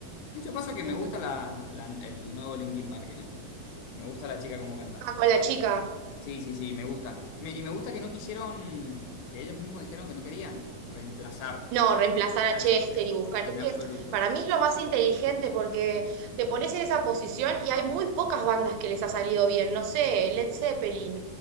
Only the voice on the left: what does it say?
De hecho, pasa que
me gusta la- la- el nuevo Linkin Park, ¿eh? Me gusta la chica como canta.
Sí, sí, sí, me gusta. Me- y me gusta que no quisieron, que ellos mismos dijeron que no querían reemplazar
a
Chester
en
absoluto,